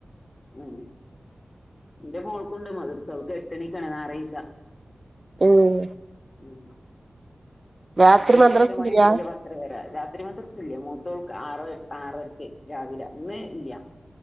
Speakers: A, on the left (about 35°); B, on the right (about 40°).
A: ഉം ന്റെ മോൾക്കുണ്ട് മദർസ് അവക്ക് എട്ടണിക്കണ് ഞ്ഞാറെയ്ച്ച
B: ഉം
A: ഉം
B: രാത്രി
A: ഞ്ഞാറെയ്ച്ച
B: മദ്രസ
A: എട്ട് മണി
B: ഇല്ല
A: മുതൽ പത് രവരേ രാത്രി മദർസ് ല്യ മൂത്തോൾക്ക് ആറ ആറരക്ക് രാവിലെ ഇന്ന് ഇല്യ